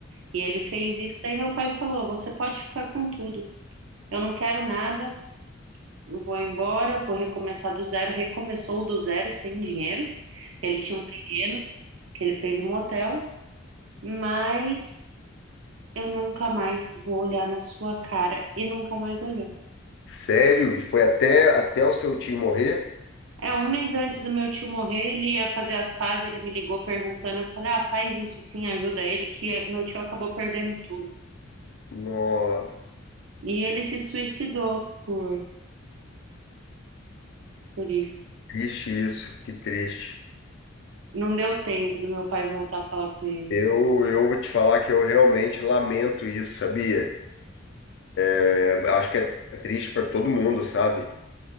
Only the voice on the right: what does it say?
E ele fez isso, daí meu pai falou: Você pode ficar com tudo, eu não quero nada. vou embora, vou recomeçar do zero. Recomeçou do zero, sem dinheiro. Ele tinha um terreno que ele fez um hotel, mas eu nunca mais vou olhar na sua cara e nunca mais olhou.
É, um mês antes do meu tio morrer, ele ia fazer as pazes, ele me ligou perguntando, eu falei, ah, faz isso sim, ajuda ele, que meu tio acabou perdendo tudo.
E ele se suicidou por, por isso.
Não deu tempo do meu pai voltar a falar com ele.